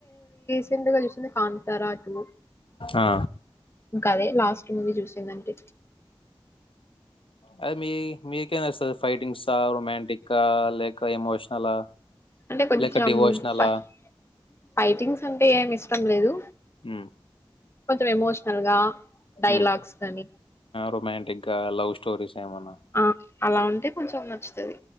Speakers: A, on the left (about 25°); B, on the left (about 70°).
A: రీసెంట్ గా చూసింది కాంతారా టూ
B: ఆ
A: అదే లాస్ట్ మూవీ చూసిందంటే
B: అదే మీ మీకేం నచ్చుతాది ఫైటింగ్సా, రొమాంటిక్కా లేక ఎమోషనలా
A: అంటే కొంచెం
B: లేక డివోషనలా?
A: ఫై ఫైటింగ్స్ అంటే ఏమి ఇష్టం లేదు
B: హ్మ్.
A: కొంచెం ఎమోషనల్ గా డైలాగ్స్
B: హ్మ
A: కానీ
B: రొమాంటిక్గా లవ్ స్ స్టోరీస్ ఏమాన్నా
A: ఆ అలా ఉంటే కొంచెం నచ్చుతది